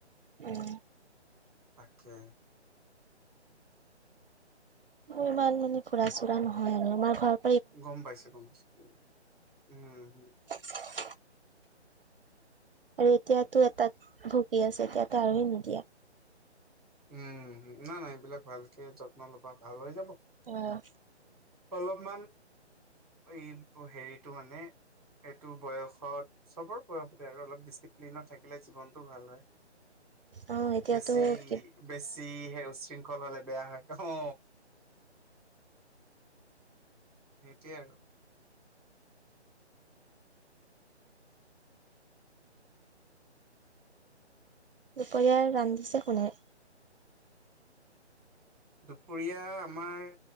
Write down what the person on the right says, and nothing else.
উম
ইমান মানে ফুৰা চুৰা নহয় আৰু আমাৰ ঘৰত-
<inaudible> আৰু এতিয়াতো এটাত ভুগি আছে এতিয়াতো আৰু হে নিদিয়া।
অ
অ এতিয়াতো
কিব-
দুপৰীয়াৰ ৰান্ধিছে কোনে?